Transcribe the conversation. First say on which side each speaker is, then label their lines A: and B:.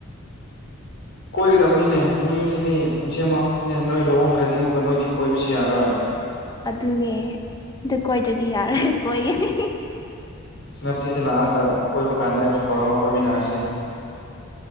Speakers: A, on the left (about 60°); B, on the left (about 20°).
A: ꯀꯣꯏꯒꯗꯕꯅꯤꯅꯦ ꯃꯤꯁꯤꯗꯤ ꯄꯨꯟꯁꯤ ꯑꯃꯈꯛꯇꯅꯦ ꯅꯣꯏ ꯂꯨꯍꯣꯡꯈ꯭ꯔꯗꯤ ꯑꯃꯨꯛꯀ ꯅꯣꯏꯗꯤ ꯀꯣꯏꯕꯁꯨ ꯌꯥꯔꯣꯏ
B: ꯑꯗꯨꯅꯦ ꯑꯗꯨ ꯀꯣꯏꯗ꯭ꯔꯗꯤ ꯌꯥꯔꯣꯏ ꯀꯣꯏꯒꯅꯤ
A: ꯁꯤꯅꯥꯕꯨꯊꯤꯗ ꯂꯥꯛꯑꯒ ꯀꯣꯏꯕ ꯀꯥꯟꯗ ꯑꯩꯕꯨꯁꯨ ꯀꯥꯎꯔꯒ ꯀꯣꯏꯃꯤꯟꯅꯔꯁꯦ